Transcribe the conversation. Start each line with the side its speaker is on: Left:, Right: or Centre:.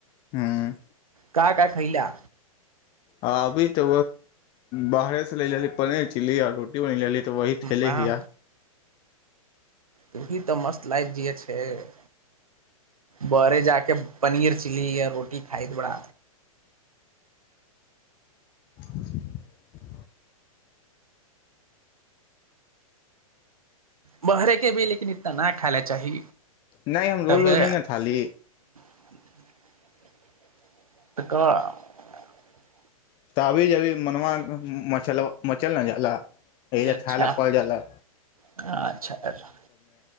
Left: हूं
Right: का का खैला
Left: अ अभी त बाहरे से ले रहली पनीर चिली आर रोटी बनी <unintelligible> तऽ वह
Right: वाह
Left: ठैेले हीया
Right: उभी तऽ मस्त लाईफ जिये छैय बड़े जाके पनीर चिली या रोटी खाइत बड़ा
Left: <inaudible>
Right: बहरे के भी लेकिन इतना ना खाईला चाही
Left: नहि हम रोलो
Right: तबे
Left: नहि न थाली
Right: <inaudible> तऽक
Left: त अभी जेभी मनम मछलब मचल न जाला एहिल
Right: अच्छा
Left: खाय लए पड़ि रहले
Right: अच्छा अच्छा